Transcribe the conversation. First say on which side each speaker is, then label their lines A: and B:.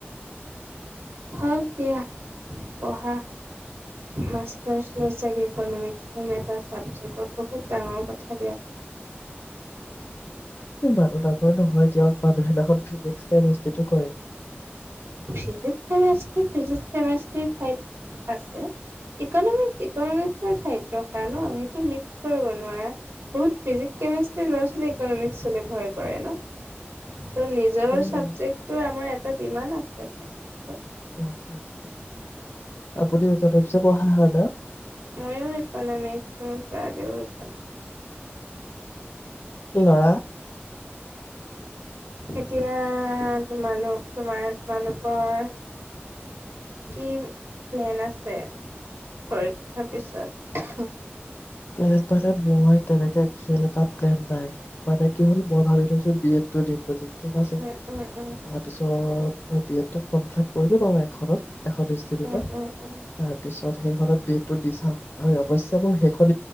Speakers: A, on the right; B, on the left.
A: হক দিয়া পঢ়া মাষ্টাৰ্চ লৈ চাগে ইকনমিক্স এন এটা চাবজেক্টত বহুত ডাঙৰ কথা দিয়াচোন।
B: মানুহ ডাঙৰ নহয় দিয়ক মানুহেইদিনাখন ফিজিক্স কেমেষ্ট্ৰিটো কৰে।
A: ফিজিক ফিষ্ট ঠ আসৰ ঠাইত ৰখা ন সেইটো মিক্স কৰিব নোৱাৰা বহুত ফিজিকষ্ট ল'ৰা ছালী ইকনিক্স ভয় কৰে ন। ত' নিজৰ
B: হয়
A: ছাবজেক্ট।
B: বাৰু
A: আমাৰ এটা দিবা না। <unintelligible>
B: <unintelligible> আপুনিও ইকনমিকচে পঢ়া হয়, ন?
A: মইয়ো ইকনমিচ, মোৰ ছোৱালীয়ো ইকনমি
B: ল'ৰা?
A: এতিয়া তোমালোক, তোমাৰ-তোমালোকৰ কি প্লেন আছে পৰীক্ষাৰ পিছত?
B: প্লেন মানে মই তেনেকে এক্সেল এটা প্লেন নাই, মানে কি হ'ল, মই ভাবি থৈছো বি এডটো দিম বুলি ঠিক আছে,
A: উম, উম, উম,
B: তাৰপিছত মই বি এডটো ফৰ্ম ফিলাপ কৰিলো বাৰু এখনত, এখন ইনষ্টিটিউটত
A: উম, উম, উম।
B: তাৰপিছত সেইখনত বি এডটো দি চাওঁ। আৰু অৱশ্যে মোৰ সেইখন